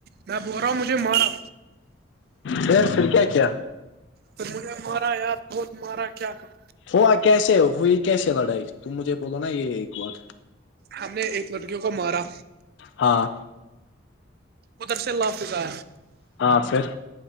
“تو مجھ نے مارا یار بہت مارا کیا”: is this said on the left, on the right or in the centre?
Right